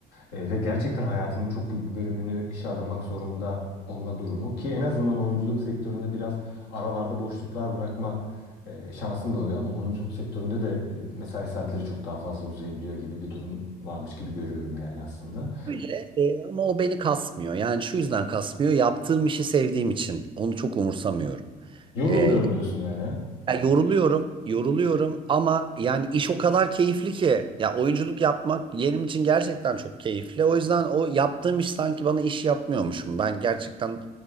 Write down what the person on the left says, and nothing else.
Ee, ve gerçekten hayatının çok büyük bir bölümünü işe adamak zorunda olma durumu ki en azından oyunculuk sektöründe biraz aralarda boşluklar bırakma e, şansın da oluyor ama oyunculuk sektöründe de e, mesai saatleri çok daha fazla uzayabiliyor gibi bir durum varmış gibi görüyorum yani aslında.
Yorulmuyorum
diyorsun yani. ha?